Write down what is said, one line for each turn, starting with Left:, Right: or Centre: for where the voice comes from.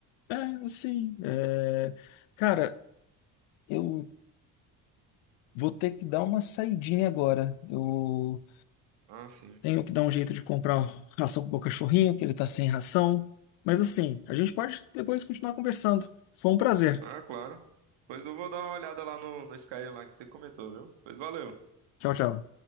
Left: É, assim. é, Cara, eu vou ter que dar uma saidinha agora. Eu
Right: Ah, sim.
Left: tenho que dar um jeito de comprar ração pro meu cachorrinho, que ele tá sem ração. Mas assim, a gente pode depois continuar conversando. Foi um prazer.
Right: Ah, claro. Pois eu vou dar uma olhada lá no, no Skyrim lá que você comentou, viu? Pois valeu.
Left: Tchau, tchau.